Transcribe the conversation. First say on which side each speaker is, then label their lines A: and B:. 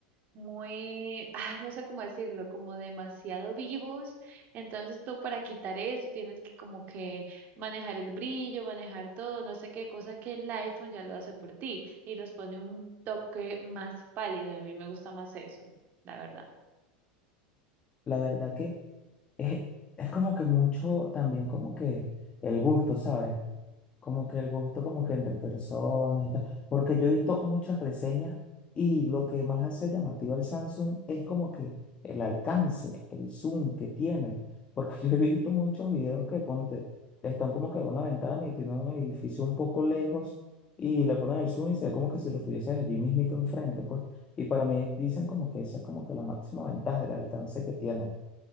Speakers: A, on the right (about 35°); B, on the left (about 20°).
A: muy, ah, no sé cómo decirlo, como demasiado vivos. Entonces tú para quitar eso tienes que como que manejar el brillo, manejar todo, no sé qué cosa que el iPhone ya lo hace por ti y los pone un toque más pálido y a mí me gusta más eso, la verdad.
B: La verdad que es, es como que mucho también como que el gusto, ¿sabes? como que el gusto como que entre personas y tal, porque yo he visto muchas reseñas y lo que más hace llamativo al Samsung es como que el alcance, el zoom que tiene, porque <laughs> yo he visto muchos videos que ponte, están como que en una ventana y tienen un edificio un poco lejos y le ponen el zoom y se ve como que si lo estuvieses allí mismito enfrente, pues, y para mí dicen como que esa es como que la máxima ventaja, el alcance que tienen,